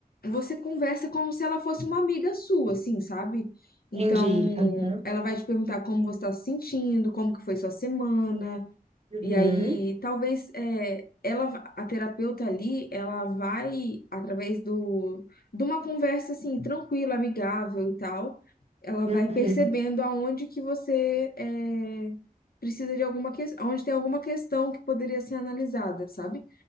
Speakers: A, on the left; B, on the right.
A: você conversa como se ela fosse uma amiga sua, assim, sabe? Então,
B: entendi. Aham.
A: ela vai te perguntar como você está se sentindo, como que foi sua semana,
B: Uhum.
A: e aí, talvez é, ela, va- a terapeuta ali, ela vai através do, de uma conversa assim tranquila, amigável e tal, ela vai
B: Uhum.
A: percebendo aonde que você é, precisa de alguma questão, onde tem alguma questão que poderia ser analisada, sabe?